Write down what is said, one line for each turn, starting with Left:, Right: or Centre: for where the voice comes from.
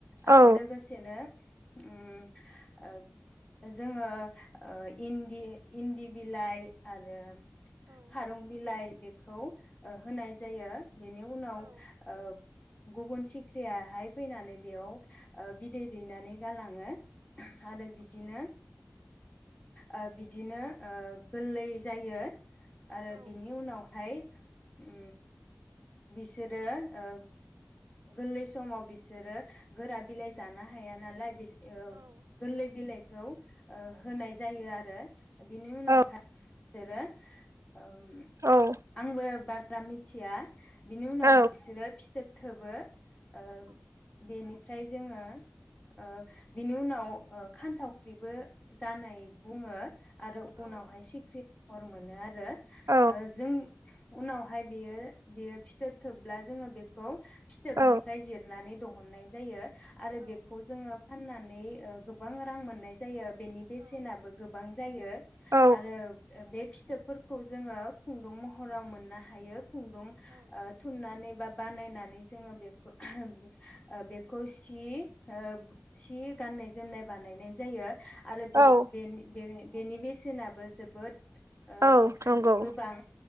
Left: आरो
Right: औ
Left: लोगोसेनो ओम ओ जोङो ओ इन्दि इन्दि बिलाइ आरो खारुं बिलाइ बे खौ होनाय जायो बेनि उनाव ओब गुबुन सिख्रियाहाय फैनानै बेयाव बिदै दैनानै गालाङो आरो बिदिनो आ बिदि बिदिनो गोरलै जायो आरो बिनि उनाव फ्राय ओम बिसोरो ओ गोरलै समाव बेसे देरो गोरा बिलाइ जानो हाया नालाय बे औ गोरलै बिलाइखौ ओ होनाय जायो आरो बिनि उनावहाय
Right: औ
Left: जेरै ओम
Right: औ
Left: आंबो बारा रा मिथिया बिनि उनाव
Right: औ
Left: बिसोरो फिथोब थोबो ओ बेनि ओमफ्राय जोङो ओ बिनि उनाव ओ खान्थावख्रिबो जानाय बुङो आरो उनावहाय सिख्रि महर मोनो आरो
Right: औ
Left: ओ जों उनाव फाय बियो बियो फिथ फिथोब थोबब्ला जोङो बेखौ फिथोबनिफ्राय
Right: औ
Left: जिरनानै दहननाय जायो। आरो बेखौ जोङो फाननानै ओ गोबां रां मोननाय जायो बेनि बेसेनाबो गोब बां जायो
Right: औ
Left: आरो फिथोबफोरखौ जोङो खुन्दुं महराव मोननो हायो। खुन्दुं ओ थुननानै बा बानायनानै जोङो बेखौ ऐ बेखौ सि ओ सि गाननाय जोमनाय बानायनाय जायो। आरो बे
Right: औ
Left: बेनि बे बेनि बेसेनाबो जोबोद ओ
Right: औ नंगौ
Left: गोबां